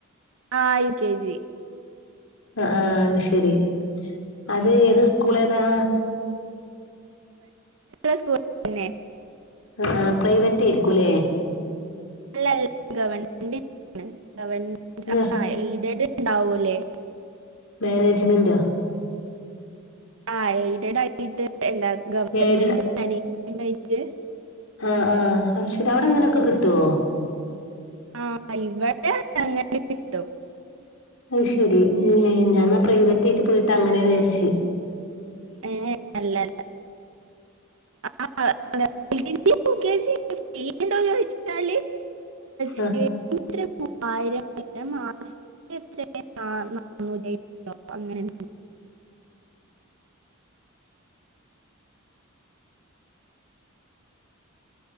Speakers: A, on the right; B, on the left.
A: ആഹ് യു കെ ജി
B: ആഹ് ശരി അത് ഏത് സ്കൂളേതാ
A: <inaudible> സ്കൂൾ തന്നെ
B: ആഹ് പ്രൈവറ്റേയിരിക്കുംല്ലേ
A: അല്ലല്ല ഗവൺമെന്റ് <inaudible> ഗവൺമെന്റ്
B: ഇത്
A: ആയ എയ്ഡഡ് ഉണ്ടാവൂല്ലേ
B: മേനേജ്മെന്റോ
A: ആഹ് എയ്ഡഡ് ആയിട്ട് എന്താ ഗവൺമെന്റ്
B: എയ്ഡഡ്
A: മേനേജ്മെന്റ് ആയിട്ട്
B: ആഹ് ആഹ് അഹ്‌ ശരി അവിടെ അങ്ങനെക്കെ കിട്ടോ
A: ആഹ് ഇവടെ അങ്ങനേ കിട്ടും
B: അത് ശെരി ഞാന്നാ പ്രൈവറ്റേയിട്ട് പോയിട്ട് അങ്ങനേന്ന് വിചരിച്ച്
A: <unintelligible> അല്ല <inaudible> L K G, U K G <inaudible> സീറ്റ്ണ്ടോ ചോയ്ച്ച് തള ചേ
B: ആ
A: മൂവായിരം പിന്നെ മാസ് എ <unintelligible>